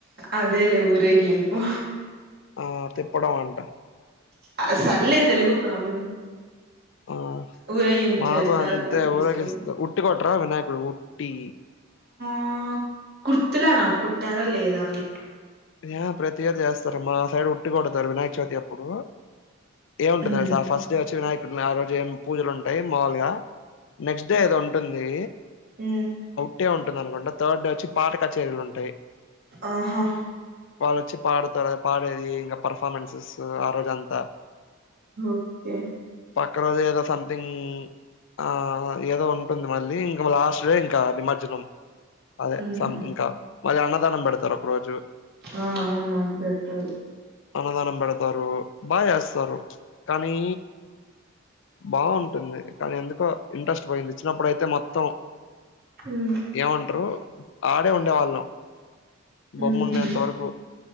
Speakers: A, on the right; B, on the left.
A: అదేలే ఊరేగింపు
B: ఆ తిప్పడం అంట
A: ఆ సర్లే తెలుగు ప్రాబ్లం
B: ఆ
A: ఊరేగింపు
B: మాకు
A: చేస్తారు
B: అంతే
A: మళ్ళీ తీసుకెళ్ళిపోతారు
B: ఊరేగిస్తే ఉట్టి కొట్రా వినాయకుడు టీ
A: ఆ గుర్తులా నాక్ కొట్టారా లేదా అని
B: యా ప్రతి ఏడు చేస్తారు మా సైడ్ ఉట్టి కొడతారు వినాయక చవితి అప్పుడు ఏమింటుంది
A: ఉమ్
B: తెలుస ఆ ఫస్ట్ డే వచ్చి వినాయకుడిని ఆ రోజు ఏం పూజలు ఉంటాయి మావులుగా నెక్స్ట్ డే ఏదో ఉంటుంది
A: ఊ
B: టె ఉంటుంది అనుకోండి థర్డ్ డే వచ్చి పాట కచరీలు ఉంటాయి
A: ఆహా
B: వాళ్ళు వచ్చి పాడుతారు పాడేది ఇంకా పర్ఫార్మెన్సెస్ ఆ రోజు అంతా
A: ఓకే
B: పక్క రోజు ఏదో సంథింగ్ ఆ ఏదో ఉంటుంది మళ్ళీ ఇంకా లాస్ట్ డే ఇంకా నిమజ్జనం అదే
A: ఉహు
B: సం ఇంకా మళ్ళీ అన్నదానం పెడతారు ఒక రోజు
A: ఆ అవును మాకు పెడతారు
B: అన్నదానం పెడతారు బాగా చేస్తారు కానీ బాగుంటుంది కానీ ఎందుకో ఇంట్రెస్ట్ పోయింది చిన్నప్పుడయితే మొత్తం
A: ఉమ్
B: ఏమంటరు ఆడే ఉండే వాళ్ళం బొమ్మ
A: ఉహు
B: ఉండేం తొరకు